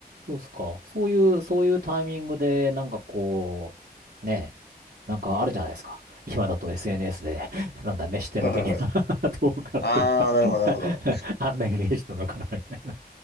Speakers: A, on the right; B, on the left.
A: そうっすか。そういう、そういうタイミングで、なんかこう、ねえ、なんかあるじゃないですか。今だと SNS で、<laughs> なんだ、飯テロ的な
B: はいはいはい。
A: <laughs> 動画っていっぱい
B: ああ、なるほどなるほど。
A: <laughs> あんなイメージなのかな、みたいな。